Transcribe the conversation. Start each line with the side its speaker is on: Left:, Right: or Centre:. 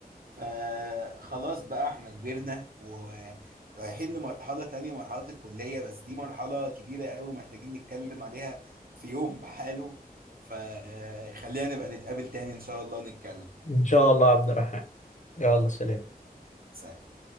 Right: فخلاص بقى احنا كبرنا ورايحين لمرحله تانية مرحله الكليه بس دي مرحله كبيره قوي محتاجين نتكلم عليها في يوم بحاله فخلينا نبقى نتقابل تاني ان شاء الله ونتكلم
Left: ان شاء الله يا عبد الرحمن يلا سلام
Right: سلام